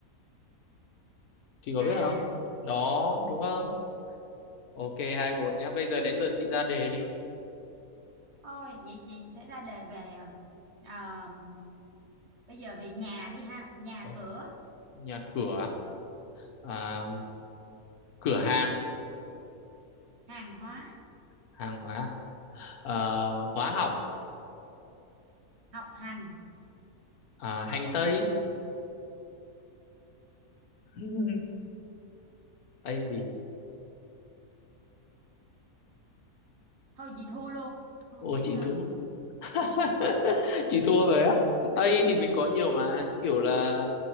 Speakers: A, on the left; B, on the right.
A: chị có
B: à
A: biết không đó đúng không ok hai một nhá bây giờ đến lượt chị ra đề đi
B: thôi vậy chị sẽ ra đề về à, bây giờ về nhà đi ha nhà
A: Ok.
B: cửa
A: nhà cửa à, À, cửa hàng
B: hàng hóa
A: hàng hóa à, hóa học
B: học hành
A: à, hành tây <laughs>
B: Ừ,
A: tây gì
B: thôi chị thua luôn thua
A: ô
B: tiếp
A: chị
B: nữa
A: thua <laughs> chị thua rồi á tây thì mình có nhiều mà như kiểu là